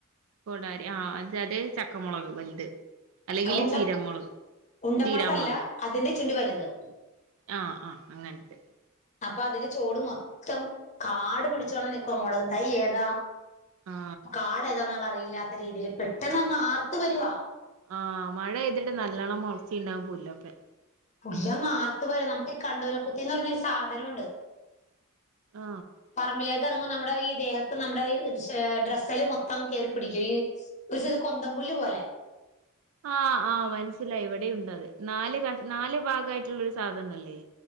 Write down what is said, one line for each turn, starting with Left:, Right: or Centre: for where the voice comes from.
Right: കോടാരി ആഹ് എന്ത അത് ചക്കമുളക് വലുത് അല്ലെങ്കില്
Left: ഉണ്ട
Right: ചീരമുളക്
Left: ഉണ്ടമുളകല്ല
Right: ചീരാമുളക്
Left: അതിന്റെ ഇച്ചിരി വലുത്
Right: ആഹ് ആഹ് അങ്ങനത്തെ
Left: അപ്പൊ അതിന്റെ ചോട് മൊത്തം കാടു പിടിച്ചോണം നിക്കുവ മുളക് തൈ ഏതാ
Right: ആ
Left: കാട് താന്നുള്ള അറിയില്ലാത്ത രീതിയിൽ പെട്ടെന്ന് അങ്ങ് ആർത്ത് വരുവാ
Right: ആഹ് മഴെയ്തിട്ട് നല്ലവണ്ണം മുളച്ചിണ്ടാവും പുല്ലൊക്കെ
Left: പുല്ലങ്ങ് ആർത്ത് പോരാ നമുക്ക് ഈ കണ്ടപന കുത്തിന്ന് പറഞ്ഞരു സാധനംണ്ട്
Right: ആ
Left: പറമ്പില് ഇറങ്ങോ നമ്മുടെ ഈ ദേഹത്ത് നമ്മുടെ ഡ്രസ്സൽ മൊത്തം കയറിപ്പിടിക്കും ഈ ഒരു സയ്സ് കൊന്തംപുല്ല് പോലെ
Right: ആഹ് ആഹ് മനസ്സിലായി ഇവിടെ ഉണ്ട് അത് നാല് കഷ് നാല് ഭാഗമായിട്ടുള്ള ഒരു സാധനം അല്ലേ